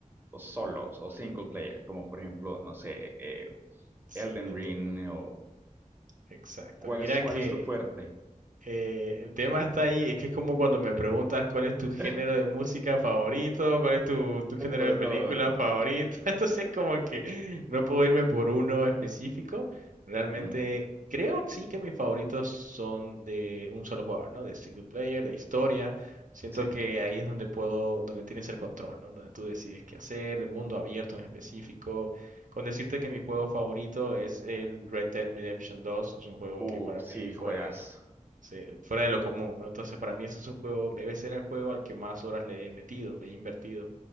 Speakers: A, on the right; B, on the right.
A: o solos o single player? Como por ejemplo, no sé, eh,
B: Sí,
A: Elden
B: te entiendo.
A: Ring o
B: Exacto.
A: ¿cuál
B: Mira
A: es, cuál
B: que
A: es tu fuerte?
B: Eh, el tema está ahí, es que es como cuando me preguntas cuál es tu género
A: <laughs>
B: de música favorito, cuál es tu,
A: Un
B: tu
A: poco
B: género de
A: de
B: película
A: todo.
B: favorito, <laughs> entonces como que no puedo irme por uno específico, realmente
A: Ujú,
B: creo que sí que mis favoritos son de un solo jugador, ¿no? De single player, de historia, siento
A: Sí.
B: que ahí es donde puedo, donde tienes el control, ¿no? Donde tú decides qué hacer, de mundo abierto en específico, con decirte que mi juego favorito es el Red Dead Redemption 2, es un juego
A: Uh,
B: que para
A: sí,
B: mí fue
A: juegas.
B: se- fuera de lo común, ¿no? Entonces, para mí ese es un juego, debe ser el juego al que más horas le he metido, le he invertido.